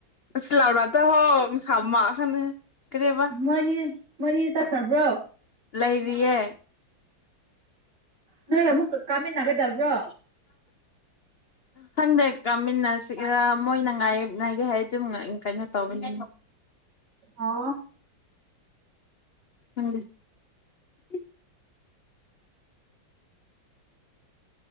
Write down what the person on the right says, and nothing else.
ꯃꯣꯏꯅꯤ ꯃꯣꯏꯅꯤ ꯆꯠꯈ꯭ꯔꯕ꯭ꯔꯣ
ꯅꯣꯏꯒ ꯑꯃꯨꯛ ꯀꯥꯃꯤꯟꯅꯒꯗꯕ꯭ꯔꯣ
ꯑꯣ